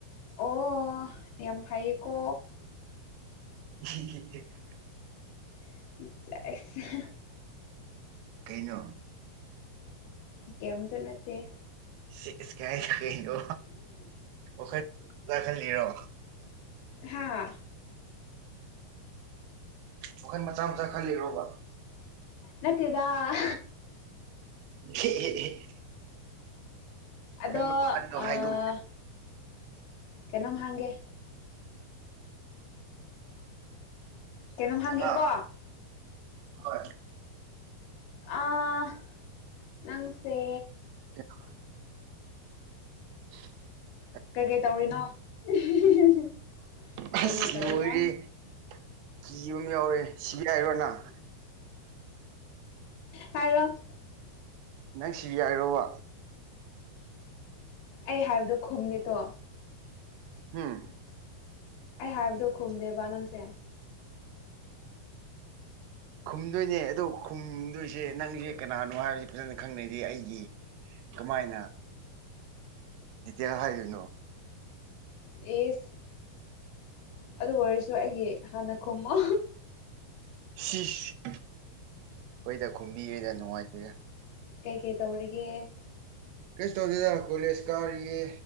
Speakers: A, on the left; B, on the right.
A: ꯑꯣ ꯌꯥꯝ ꯐꯩꯀꯣ
B: <unintelligible>
A: <unintelligible>
B: ꯀꯩꯅꯣ
A: ꯀꯦꯝꯇ ꯅꯠꯇꯦ
B: ꯁꯤꯁ ꯀꯥꯏ ꯍꯥꯏꯗꯣ ꯀꯩꯅꯣ <inaudible> ꯈꯜꯂꯤꯔꯣ
A: ꯍꯥꯥ
B: ꯋꯥꯈꯟ ꯃꯆꯥ ꯃꯆꯥ ꯈꯜꯂꯤꯔꯣꯕ
A: ꯅꯠꯇꯦꯗ <unintelligible>
B: <unintelligible>
A: ꯑꯗꯣ
B: ꯈꯟꯕ ꯋꯥꯈꯟꯗꯣ
A: ꯑꯥ
B: ꯍꯥꯏꯗꯣꯛ
A: ꯀꯩꯅꯣꯝ ꯍꯪꯒꯦ ꯀꯩꯅꯣꯝ ꯍꯪꯒꯦꯀꯣ
B: ꯍꯥ ꯍꯣꯏ
A: ꯑꯥ ꯅꯪꯁꯦ
B: <inaudible> <inaudible>
A: ꯀꯩꯀꯩ ꯇꯧꯔꯤꯅꯣ <unintelligible>
B: ꯑꯁ
A: ꯀꯩꯀꯩ ꯇꯧꯔꯤꯅꯣ
B: ꯂꯣꯏꯔꯦ ꯀꯤꯕ ꯑꯃ ꯌꯥꯎꯔꯦ ꯁꯤ ꯍꯥꯏꯔꯣ ꯅꯪ
A: ꯍꯥꯢꯔꯣ
B: ꯅꯪ ꯁꯤꯒꯦ ꯌꯥꯏꯔꯣꯕ
A: ꯑꯩ ꯍꯥꯏꯕꯗꯣ ꯈꯨꯝꯗꯦ ꯇꯣ
B: ꯍꯨꯝ
A: ꯑꯩ ꯍꯥꯏꯕꯗꯣ ꯈꯨꯝꯗꯦꯕ ꯅꯪꯁꯦ
B: ꯈꯨꯝꯗꯣꯏꯅꯦ ꯑꯗꯣ ꯈꯨꯝꯗꯣꯏꯁꯦ ꯅꯪꯁꯦ ꯀꯅꯥꯅꯣ ꯍꯥꯏꯕꯕꯁꯤ ꯐꯖꯅ ꯈꯪꯗꯔꯤ ꯑꯩꯒꯤ ꯀꯃꯥꯏꯅ ꯗꯤꯇꯦꯜ ꯍꯥꯏꯗꯣꯏꯅꯣ
A: ꯏꯁ ꯑꯗꯨ ꯑꯣꯏꯔꯁꯨ ꯑꯩꯒꯤ ꯍꯥꯟꯅ ꯈꯨꯝꯃꯣ
B: ꯁꯤꯁ ꯍꯣꯏꯗ ꯈꯣꯕꯤꯒꯦꯗ ꯅꯨꯡꯉꯥꯏꯇꯦꯗ
A: ꯀꯩ ꯀꯩ ꯇꯧꯔꯤꯒꯦ
B: ꯀꯩꯁꯨ ꯇꯧꯗꯦꯗ ꯀꯣꯂꯦꯖ ꯀꯥꯔꯤꯌꯦ